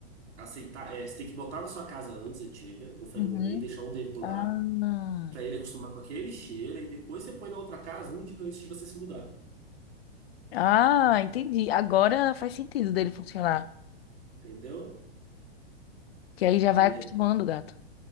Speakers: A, on the right; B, on the left.
A: aceitar. é, você tem que botar na sua casa antes antiga, o Fenway,
B: Uhum.
A: deixar um tempo lá,
B: Ah.
A: pra ele acostumar com aquele cheiro, e depois você põe na outra casa um dia antes de você se mudar.
B: Ah, entendi. Agora faz sentido dele funcionar.
A: Entendeu?
B: Que aí já
A: Aí,
B: vai acostumando o gato.